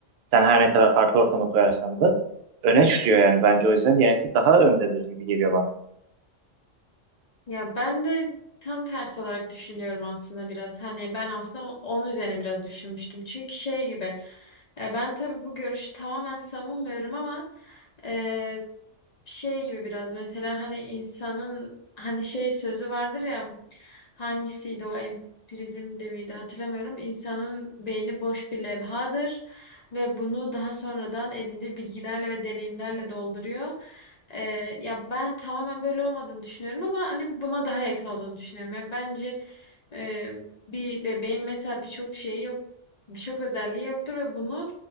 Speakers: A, on the right (about 60°); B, on the left (about 40°).
A: Sen her ne kadar farklı ortama koyarsan da öne çıkıyor yani bence o yüzden genetik daha öndedir gibi geliyor bana.
B: Ya ben de tam tersi olarak düşünüyorum aslında biraz. Hani ben aslında onun üzerine biraz düşünmüştüm. Çünkü şey gibi e, ben tabii bu görüşü tamamen savunmuyorum ama e, şey gibi biraz mesela hani insanın hani şey sözü vardır ya hangisiydi o empirizm de miydi hatırlamıyorum. İnsanın beyni boş bir levhadır ve bunu daha sonradan edindiği bilgilerle ve deneyimlerle dolduruyor. Ee, ya ben tamamen böyle olmadığını düşünüyorum ama hani buna daha yakın olduğunu düşünüyorum. Ya bence e, bir bebeğin mesela birçok şeyi yok, birçok özelliği yoktur ve bunu